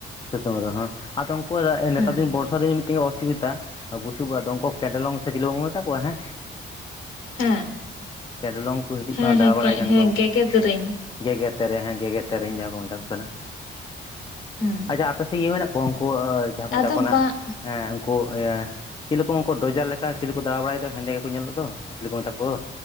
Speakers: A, on the left; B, on the left.
A: ᱥᱤᱛᱩᱳᱝ ᱨᱮ ᱦ ᱟᱫᱚ ᱩᱱᱠᱩᱣᱟᱜ ᱱᱮᱛᱟᱨ
B: ᱦᱮᱸ
A: ᱫᱤᱱ ᱵᱚᱨᱥᱟ ᱫᱤᱱ ᱢᱤᱫᱴᱮᱱ ᱚᱥᱩᱵᱤᱫᱷᱟ ᱵᱩᱥᱩᱵ ᱚᱲᱟᱜ ᱫᱚ ᱩᱱᱠᱚ ᱠᱮᱰᱮᱞᱚᱝ ᱥᱮ ᱪᱤᱞᱤ ᱵᱟᱵ <inaudible> ᱢᱮᱛᱟ ᱠᱚᱣᱟ ᱦᱮᱸ
B: ᱦᱮᱸ
A: ᱠᱮᱰᱞᱚᱝ ᱠᱚ ᱦᱤᱡᱩᱜ
B: ᱦᱮᱸ
A: ᱠᱟᱱᱟ
B: ᱦᱮᱸ
A: ᱫᱟ ᱵᱟᱲᱟᱭ ᱠᱟᱱᱟ
B: ᱦᱮᱸ
A: ᱠᱚ ᱩᱱᱠᱩ
B: ᱜᱮᱜᱮᱫ ᱨᱤᱧ
A: ᱜᱮᱜᱮᱫᱨᱮᱧ ᱦᱮᱸ ᱜᱮᱜᱮᱫᱨᱮᱧ ᱡᱟᱦᱟᱸ ᱠᱚ ᱢᱮᱛᱟ ᱠᱚ ᱠᱟᱱᱟ
B: <inaudible> ᱦᱮᱸ
A: ᱟᱪᱷᱟ ᱟᱯᱮ ᱥᱮᱫ ᱠᱤ ᱢᱮᱱᱟᱜ ᱠᱚᱣᱟ ᱩᱱᱠᱩ ᱡᱟᱦᱟᱸ ᱠᱚ ᱢᱮᱛᱟᱜ
B: ᱟᱫᱚ
A: ᱠᱚ
B: ᱵᱟᱝ
A: ᱮ ᱩᱱᱠᱩ ᱤᱭᱟᱹ ᱪᱮᱫ ᱞᱮᱠᱟ ᱩᱱᱠᱩ ᱰᱚᱡᱟᱨ ᱞᱮᱠᱟ ᱪᱤᱞ ᱠᱚ ᱫᱟᱬᱟ ᱵᱟᱲᱟᱭ ᱫᱚ ᱦᱮᱸᱰᱮ ᱜᱮᱠᱚ ᱧᱮᱞᱚᱜ ᱫᱚ ᱪᱮᱞᱤ ᱠᱚ ᱢᱮᱛᱟ ᱠᱚᱣᱟ